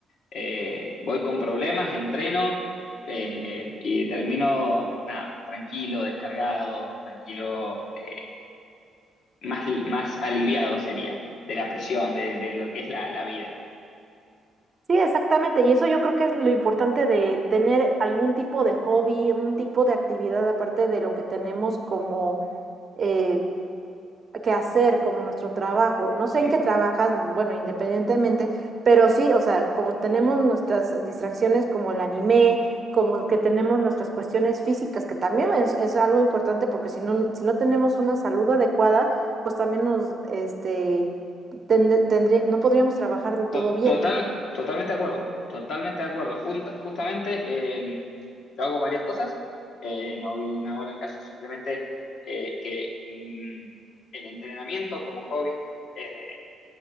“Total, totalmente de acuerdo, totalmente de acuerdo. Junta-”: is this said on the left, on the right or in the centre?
Left